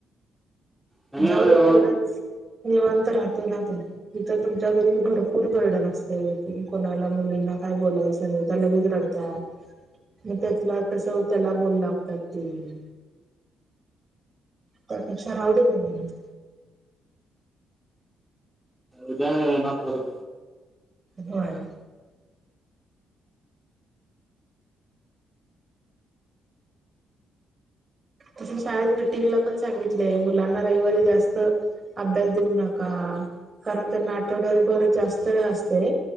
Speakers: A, in the centre; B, on the right.
A: शनिवारी
B: जाऊ दे,
A: जाऊन
B: तेवढाच निवांत राहतील ना तू, तिथं, तुमच्या घरी भरपूर बर्डन असते, तुम्ही कोणाला, मुलींना काय बोलायचं नाही त्या लगेच रडत मग, त्यातला कस त्याला बोल लागतात, ते, त्यापेक्षा राहुदे निवांत,
A: उद्या येणार परत.
B: होय, तसं, शाळेत मिटिंगला पण सांगितलेय, मुलांना रविवारी जास्त अभ्यास देऊ नका, कारण त्यांना आठवड्या बर जास्त वेळ असते.